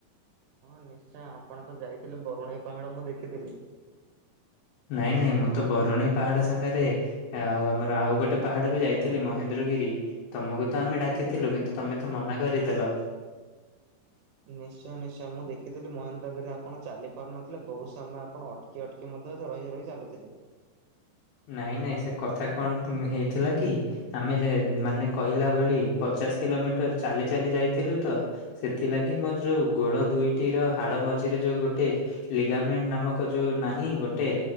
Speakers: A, on the right; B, on the left.
A: ହଁ ନିଶ୍ଚୟ ଆପଣ ତ ଯାଇଥିଲେ ବରୁଣେଇ ପାହାଡ ମୁଁ ଦେଖିଥିଲି।
B: ନାଇଁ ନାଇଁ ମୁଁ ତ ବରୁଣେଇ ପାହାଡ ସାଙ୍ଗରେ ଆଉ ଆମର ଆଉ ଗୋଟେ ପାହାଡ ବି ଯାଇଥିଲି ମହେନ୍ଦ୍ରଗିରି। ତମକୁ ତ ଆମେ ଡାକିଥିଲୁ କିନ୍ତୁ ତମେ ତ ମନା କରିଦେଲ।
A: <inaudible> ନିଶ୍ଚୟ ନିଶ୍ଚୟ ମୁଁ ଦେଖିଥିଲି ମହେନ୍ଦ୍ରଗିରିରେ ଆପଣ ଚାଲି ପାରୁନଥିଲେ ବହୁତ ସମୟ ଆପଣ ଅଟକି ଅଟକି ରହି ରହି ଚାଲୁଥିଲେ।
B: ନାଇଁ ନାଇଁ ସେ କଥା କଣ ହେଇଥିଲା କି ଆମେ ଯେ ମାନେ କହିଲା ଭଳି ପଚାଶ କିଲୋମିଟର ଚାଲି ଚାଲି ଯାଇଥିଲୁ ତ ସେଥିଲାଗି ମୋର ଯୋଉ ଗୋଡ ଦୁଇଟିର ହାଡ ମଝିରେ ଯୋଉ ଗୋଟେ ଲିଗାମେଣ୍ଟ ନାମକ ଯୋଉ ନାହିଁ ଗୋଟେ